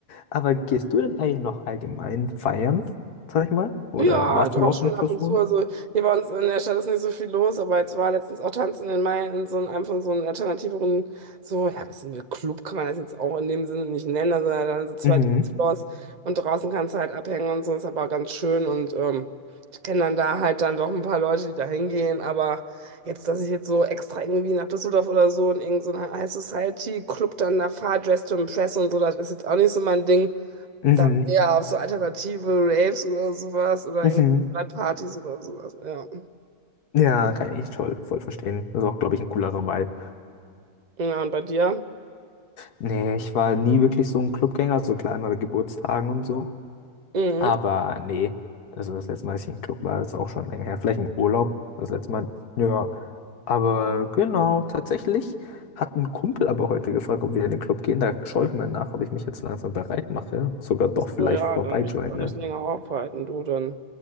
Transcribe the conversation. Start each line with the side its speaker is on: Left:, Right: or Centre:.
Left: Aber gehst du denn eigentlich noch allgemein feiern, sag ich mal? Oder
Right: Ja,
Left: warst
Right: doch
Left: du überhaupt
Right: schon
Left: eine Person?
Right: ab und zu. Also hier bei uns in der Stadt ist nicht so viel los, aber jetzt war letztens auch Tanz in den Mai in so einem, einem von so einem alternativeren, so, ja, was ist denn, Club kann man das jetzt auch in dem Sinne nicht nennen, also dann so zwei
Left: Mhm,
Right: Dancefloors und draußen kannst du halt abhängen und so, ist aber ganz schön und ähm, ich kenne dann da halt dann doch ein paar Leute, die da hingehen, aber jetzt, dass ich jetzt so extra irgendwie nach Düsseldorf oder so in irgendeinen High Society Club dann da fahre, Dress to Impress und so, das ist jetzt auch nicht so mein Ding.
Left: mhm,
Right: Dann eher auf so alternative Raves oder sowas oder
Left: mhm.
Right: in Partys oder sowas, ja.
Left: Ja, kann ich toll, voll verstehen. Das ist auch, glaube ich, ein coolerer Vibe.
Right: Ja, und bei dir?
Left: Nee, ich war nie wirklich so ein Clubgänger, so klar immer bei Geburtstagen und so.
Right: Mhm.
Left: Aber nee, also das letzte Mal, dass ich im Club war, ist auch schon länger her. Vielleicht im Urlaub, das letzte Mal. Ja, aber genau, tatsächlich hat ein Kumpel aber heute gefragt, ob wir in den Club gehen. Da schaue ich mal nach, ob ich mich jetzt langsam bereit mache. Sogar doch
Right: Ach so,
Left: vielleicht
Right: ja,
Left: vorbeijoine.
Right: dann will ich dich auch nicht länger aufhalten, du. Dann